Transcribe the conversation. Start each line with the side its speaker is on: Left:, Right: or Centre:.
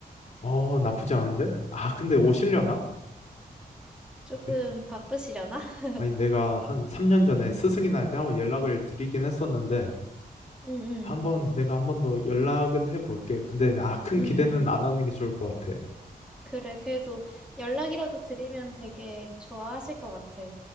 Left: 어, 나쁘지 않은데? 아, 근데 오시려나?
Centre: 조금
Left: 네.
Centre: 바쁘시려나? <laughs>
Left: 아니, 내가 한 3년 전에
Centre: 응,
Left: 스승이 날 때 한번 연락을 드리긴 했었는데,
Centre: 응, 응,
Left: 한번, 내가 한 번 더 연락은 해볼게. 근데, 아, 큰
Centre: 응.
Left: 기대는 안 하는 게 좋을 것 같아.
Centre: 그래, 그래도 연락이라도 드리면 되게 좋아하실 것 같아.